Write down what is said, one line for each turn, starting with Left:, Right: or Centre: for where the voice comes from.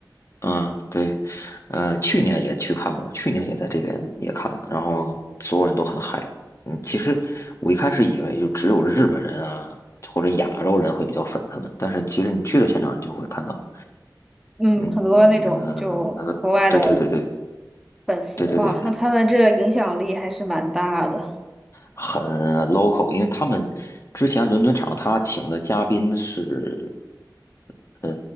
Left: 嗯，对，呃，去年也去看过，去年也在这边也看了，然后所有人都很嗨。嗯，其实我一开始以为就只有日本人啊或者亚洲人会比较粉他们，但是其实你去了现场，你就会看到，
Centre: 嗯，
Left: 嗯，
Centre: 很多那种就国外的
Left: 呃对对对对
Centre: 粉丝哇，
Left: 对对对，
Centre: 那他们这影响力还是蛮大的。
Left: 很 local，因为他们之前伦敦场他请的嘉宾是，呃，